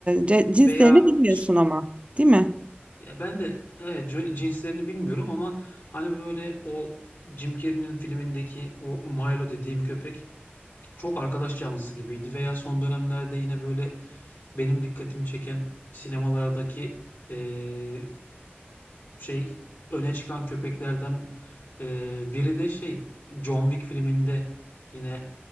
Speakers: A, on the right; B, on the left.
A: ce-
B: Veya
A: cinslerini bilmiyorsun
B: s-
A: ama, değil mi?
B: ya ben de evet, c- cinslerini bilmiyorum ama hani böyle o Jim Carrey'nin filmindeki o Milo dediğim köpek çok arkadaş canlısı gibiydi veya son dönemlerde yine böyle benim dikkatimi çeken sinemalardaki eee, şey öne çıkan köpeklerden eee, biri de şey John Wick filminde yine